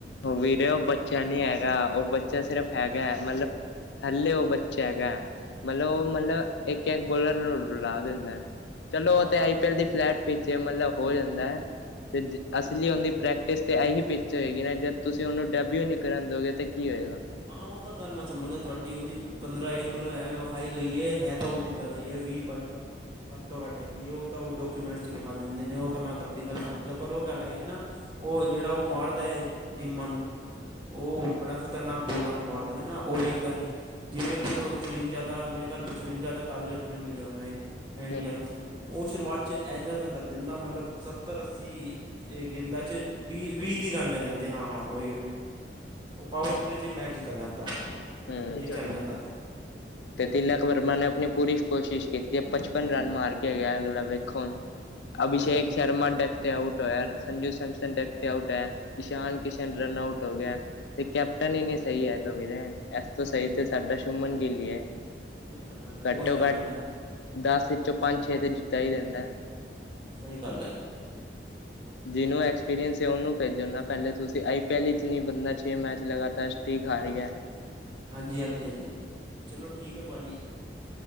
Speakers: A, on the left; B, on the right.
A: ਹੋ ਵੀਰੇ ਓ ਬੱਚਾ ਨੀ ਹੈਗਾ, ਓਹ ਬੱਚਾ ਸਿਰਫ਼ ਹੈਗੈ ਮਤਲਬ ਹਲੇੇ ਓ ਬੱਚਾ ਹੈਗੈ। ਮਤਲਬ ਓਹ ਮਤਲਬ ਏਕ-ਏਕ ਬੋਲਰ ਨੂੰ ਰੁਲਾ ਦਿੰਦੈ। ਚਲੋ ਓ
B: ਹਾਂ
A: ਤੇ ਆਈ ਪੀ ਐਲ ਦੀ ਫਲੈਟ ਪਿੱਚ ਏ, ਮਤਲਬ ਹੋ ਜਾਂਦੈ। ਤੇ ਜਿ ਅਸਲੀ ਓੰਦੀ ਪ੍ਰੈਕ ਕਿਸ ਤੇ ਐਹੀ ਪਿਚ ਹੋਏਗੀ ਨਾ, ਜਦ ਤੁਸੀਂ ਓਨੂੰ ਡੈਬਿਊ ਨੀ ਕਰਨ ਦੋਗੇ, ਤੇ ਕੀ ਹੋਏਗਾ?
B: ਹਾਂ, ਓ ਤਾਂ ਗੱਲ ਮੈਂ ਸਮਝ ਗਾ ਤੁਹਾਡੀ ਓਹਦੀ ਪੰਦਰਾਂ ਏਜ ਮਤਲਬ ਐਵੇਂ ਵਿਖਾਈ ਗਈ ਏ, ਹੈ ਤਾਂ ਉਦੀ ਜੈਦਾ ਹੀ ਐ, ਵੀਹ- ਬਾਈ ਤਾਂ ਘੱਟ ਤੋਂ ਘੱਟ ਹੈਗੀ ਏ। ਓਹ ਤਾਂ ਉਹ ਡਾਕੂਮੈਂਟ 'ਚ ਵਿਖਾ ਦਿੰਦੇ ਨੇ ਓਹ ਤਾਂ ਮੈਂ ਤੁਆਡੀ ਗੱਲ ਸਮਝ ਗਿਆ। ਪਰ ਓ ਗੱਲ ਹੈਗੀ ਨਾ। ਓਹ ਜੇੜਾ ਉਹ ਮਾਰਦਾ ਏ ਟੀਮਾਂ ਨੂੰ ਓਹ ਬੜਾ ਖਤਰਨਾਕ ਬੋਲਾਂ ਨੂੰ ਮਾਰਦਾ ਏ ਨਾ ਓਹ ਵੇਖਦਾ ਨੀ ਜਿਵੇਂ ਇੱਕ ਚੁਰਿੰਜਾ ਦਾ ਮੇਰੇ ਖਿਆਲ ਪਚਵੰਜਾ ਦਾ ਟਾਰਗੇਟ ਹੁਣੇ ਮਿਲਿਆ
A: ਜਾਣਾ
B: ਹੁੰਨਾ ਹੋਣਾ ਏ ਇੰਡੀਆ ਨੂੰ ਓ ਸ਼ੁਰੂਆਤ ਚ ਐੰਝਾ ਦਾਂ ਕਰ ਦੇੰਦਾ ਮਤਲਬ ਸੱਤ ਤਰ ਅੱਸੀ ਏ ਗੇਦਾ ਚ ਬੀਹ ਵੀਹ ਤੀਹ ਰਣ ਰੈ ਜਾਂਦੇ ਹਾਂ। ਓਹੀ-ਓਈ ਓ ਪਾਵਰਫੁਲੇਚੀ ਮੈਚ ਜਿੱਤਾ ਜਾਂਦਾ ਅ
A: ਨਹੀਂ
B: ਜੇ ਚੱਲ ਜਾਂਦਾ ਤੇ।
A: ਤੇ ਤਿਲਕ ਵਰਮਾ ਨੇ ਅਪਣੀ ਪੂਰੀ ਕੋਸ਼ਿਸ਼ ਕੀਤੀ ਏ ਪਚਪਨ ਰਨ ਮਾਰ ਕੇ ਗਿਆ ਅਗਲਾ ਵੇਖੋ ਹੁਣ। ਅਭਿਸ਼ੇਕ
B: ਹਾਂਜੀ ਹਾਂਜੀ
A: ਸ਼ਰਮਾ ਡੈਕ ਤੇ ਆਊਟ ਹੋਯੈ, ਸੰਜੂ ਸੈਮਸਨ ਡੈਕ ਤੇ ਆਊਟ ਹੋਯੈ, ਈਸ਼ਾਨ ਕਿਸ਼ ਰਨ ਆਊਟ ਹੋ ਗਿਆ ਤੇ ਕੈਪਟਨ
B: ਹਾਂ
A: ਹੀ ਨੀ ਸਹੀ ਹੈਗਾ ਵੀਰੇ। ਐਸ ਤੋ ਸਹੀ ਤੇ ਸੈਡਾ ਸ਼ੁੰਮਨ ਗਿਲ ਈ ਏ
B: ਉਹੀ ਤਾਂ ਗੱਲ
A: ਘੱਟੋ-ਘੱਟ
B: ਉਹੀ ਤਾਂ ਗੱਲ ਹੈ
A: ਦੱਸ ਇੱਚੋਂ ਪੰਜ-ਛੇ ਤੇ ਜਿੱਤਾ ਈ ਦੇਂਦਾ।
B: ਸਹੀ ਗੱਲ ਐ।
A: ਜਿਹਨੂੰ ਐਕਸਪੀਰੀਅੰਸ ਏ ਓਹਨੂੰ ਭੇਜੋ ਨਾ ਪੈਲੇ ਤੁਸੀਂ ਆਈ ਪੀ ਐਲ ਇਚ ਨੀ ਬੰਦਾ ਛੇ ਮੈਚ ਲਗਾਤਾਰ ਸਟੀਕ ਹਾਰ ਗਿਆ। <inaudible>
B: ਹਾਂਜੀ-ਹਾਂਜੀ, ਹਾਂਜੀ ਚਲੋ ਠੀਕ ਐ ਭਾਜੀ।